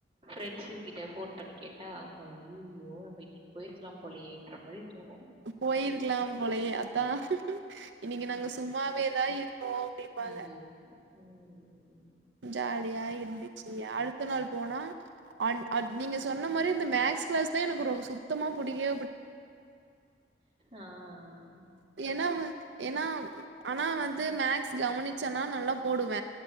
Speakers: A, on the right; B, on the right.
A: ஃப்ரெண்ட்ஸுங் கிட்ட ஃபோன் பண்ணி கேட்டா ஐய்யயோ நம்ப இன்னிக் போயிருக்லா போலயேன்ற மாரி தோணு
B: போயிருக்கலாம் போலயே அத்தா இன்னிக்கி நாங்க சும்மாவேதா இருந்தோ டிப்பாங்க
A: அது ம்.
B: ஜாலியா இருந்துச்சி அடுத்த நாள் போனா அ
A: ம்.
B: அ நீங்க சொன்ன மாரி இந்த மேக்ஸ் க்ளாஸ் தா எனக்கு ரோ சுத்தமா புடிக்கே
A: ஆ ஆ
B: ஏனா வந் ஏனா ஆனா வந்து மேக்ஸ் கவனிச்சனா நல்லா போடுவ